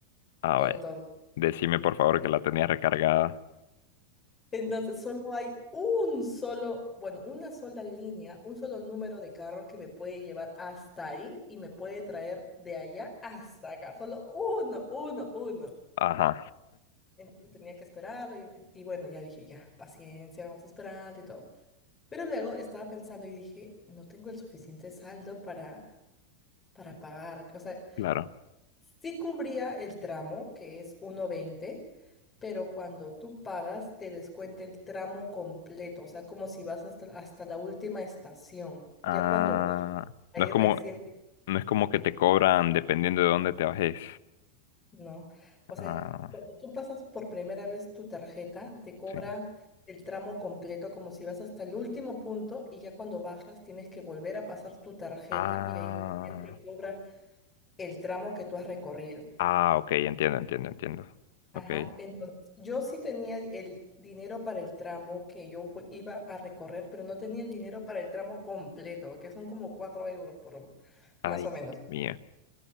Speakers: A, on the left (about 70°); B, on the left (about 15°).
A: Ah,
B: Entonces,
A: vaya. Decime por favor que la tenía recargada.
B: Entonces, solo hay un solo, bueno, una sola línea, un solo número de carro que me puede llevar hasta ahí y me puede traer de allá hasta acá. Solo uno, uno, uno.
A: Ajá,
B: Entonces tenía que esperarlo y, y bueno, ya dije, ya, paciencia, vamos a esperar y todo. Pero luego estaba pensando y dije, no tengo el suficiente saldo para, para pagar. O sea,
A: claro.
B: Sí cubría el tramo, que es uno veinte, pero cuando tú pagas te descuenta el tramo completo, o sea, como si vas hasta, hasta la última estación. Ya
A: Ah,
B: cuando bajas ahí
A: no es como,
B: recién,
A: no es como que te cobran dependiendo de dónde te bajes.
B: no. O sea,
A: Ah,
B: cuando tú pasas por primera vez tu tarjeta, te cobra
A: sí.
B: el tramo completo, como si vas hasta el último punto y ya cuando bajas tienes que volver a pasar tu tarjeta
A: Ah,
B: y ahí recién te cobra el tramo que tú has recorrido.
A: ah, ok, entiendo, entiendo, entiendo.
B: Ajá,
A: Ok.
B: entonces yo sí tenía el dinero para el tramo que yo voy- iba a recorrer, pero no tenía el dinero para el tramo completo, que son como cuatro euros por más
A: Ay,
B: o menos.
A: mía.